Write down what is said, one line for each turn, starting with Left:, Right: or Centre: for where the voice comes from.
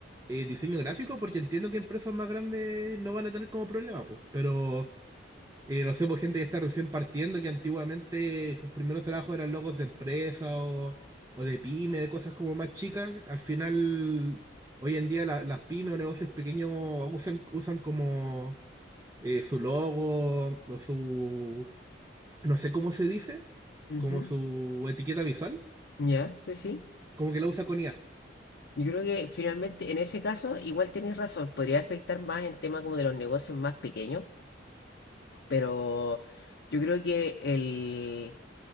Right: eh, diseño gráfico, porque entiendo que empresas más grandes no van a tener como problema, pues. Pero eh, no sé, pues gente que está recién partiendo, que antiguamente sus primeros trabajos eran logos de empresa o, o de pyme, de cosas como más chicas. Al final, hoy en día la- las pymes o negocios pequeños usan, usan como eh, su logo o su, no sé cómo se dice,
Left: Ujú.
Right: como su etiqueta visual,
Left: Ya, sí, sí.
Right: como que la usa con IA.
Left: Yo creo que finalmente en ese caso igual tienes razón, podría afectar más en temas como de los negocios más pequeños, pero yo creo que